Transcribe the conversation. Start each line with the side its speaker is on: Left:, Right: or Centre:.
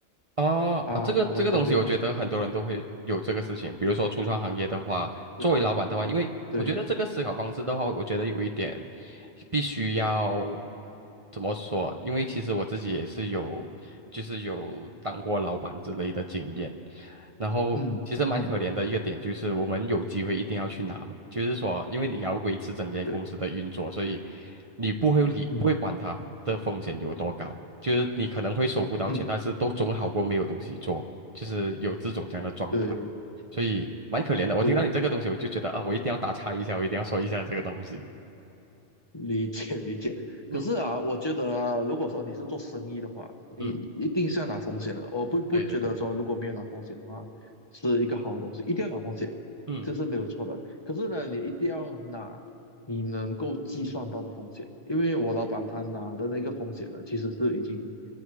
Right: 哦，
Left: 他拿了很多没有办法，
Right: 呃，这个这个东西，我觉得很多人都会有这个事情。比如说，初创行业的话，
Left: 对
Right: 作为老板的话，因为我觉得这个思考方式的话，
Left: 对，
Right: 我觉得有一点必须要怎么说？因为其实我自己也是有，就是有当过老板之类的经验。然后其实蛮可怜的一个点就是，
Left: 嗯嗯，
Right: 我们有机会一定要去拿嘛，就是说，因为你要维持整间公司的运作，
Left: 对，
Right: 所以你不会理不会管它的风险有多高，
Left: 嗯
Right: 就是你可能会收不到钱，
Left: 嗯，
Right: 但是都总好过没有东西做，就是有这种这样的状态，
Left: 对
Right: 所以蛮可怜的。我听到你这个东西，
Left: 对，
Right: 我就觉得啊，我一定要打岔一下，我一定要说一下这个东西。
Left: 理解理解。
Right: 嗯
Left: 可是啊，我觉得啊，如果说你是做生意的话，你一定是要拿风险的。
Right: 嗯，
Left: 我不不觉得说如果没有拿风险的话，
Right: 对对对，
Left: 是一个好的东西，一定要拿风险，
Right: 嗯。
Left: 这是没有错的。可是呢，你一定要拿你能够计算到的风险，因为我老板他拿的那个风险呢，其实是已经